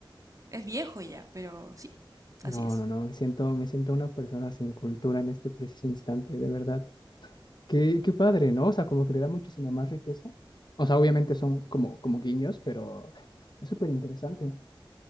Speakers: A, on the right; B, on the left.
A: es viejo ya, pero sí,
B: No,
A: así es.
B: no, no. Me siento, me siento una persona sin cultura en este preciso instante, de verdad. Qué, qué padre, ¿no? O sea, como que le da muchísima más riqueza. O sea, obviamente son como, como guiños, pero es súper interesante.